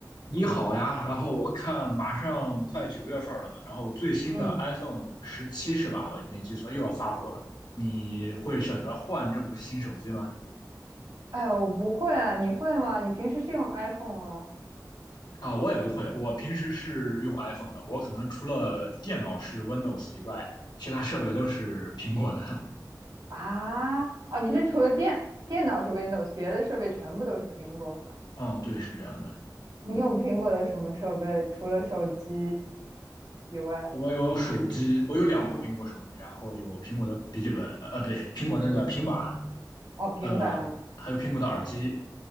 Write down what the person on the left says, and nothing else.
你好呀，然后我看马上快九月份了嘛，然后最新的
iPhone 十七是吧？我没记错，又要发布了。你会选择换这部新手机吗？
啊，我也不会，我平时是用 iPhone 的，我可能除了电脑是 Windows 以外，其他设备都是苹果的。
<laughs> 嗯，对，是这样的。
我有手机，我有两部苹果手机，然后有苹果的笔记本，呃，呃不对，苹果那个平板，
呃，还有苹果的耳机，